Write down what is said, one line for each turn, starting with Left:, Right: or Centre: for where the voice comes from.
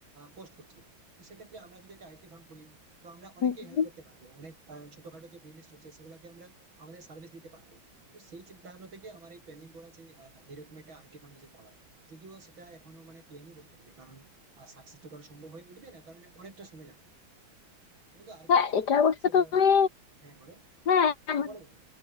Right: পোস্ট করছে তো সেক্ষেত্রে আমরা যদি একটা আইটি ফার্ম খুলি তো আমরা অনেকেই
Left: হুম।
Right: হেল্প করতে পারবো অনেক আহ, ছোটখাটো যে বিজনেস রয়েছে সেগুলোকে আমরা আমাদের সার্ভিস দিতে পারবে তো সেই চিন্তা ভাবনা থেকে আমার এই প্ল্যানিং করা যে আহ, এরকম একটা আইটি ফার্ম নিজের করা যদিও সেটা এখনো মানে প্ল্যানই বলতে পারি কারণ সাকসেস তো করা সম্ভব হয়ে উঠবে না কারণ অনেকটা সময় লাগবে তবু তো আর কি
Left: হ্যাঁ
Right: তোমার কোনো
Left: এটা
Right: plan
Left: অবশ্য
Right: আছে বা
Left: তুমি
Right: হ্যাঁ বলো
Left: হ্যাঁ
Right: হ্যাঁ,
Left: মানে
Right: বলো বলো